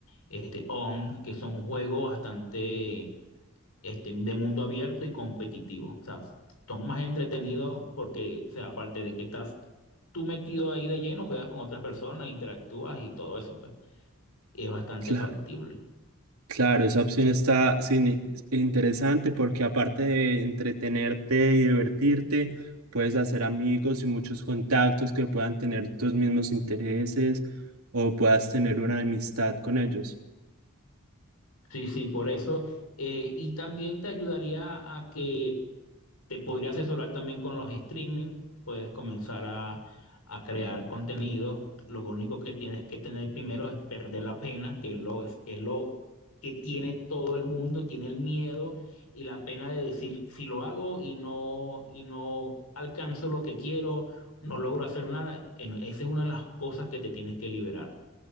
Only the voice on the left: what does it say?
este, ON, que son juegos bastante este, de mundo abierto y competitivo. O sea, son más entretenidos porque, o sea, aparte de que estás tú metido ahí de lleno, juegas con otras personas, interactúas y todo eso, pues, y es bastante
factible.
Sí, sí, por eso. Eh, y también te ayudaría a que te podría asesorar también con los streaming. Puedes comenzar a, a crear contenido. Lo único que tienes que tener primero es perder la pena, que lo, es es lo que tiene todo el mundo, tiene el miedo y la pena de decir si lo hago y no, y no alcanzo lo que quiero, no logro hacer nada. Eh, no, Esa es una de las cosas que te tienes que liberar.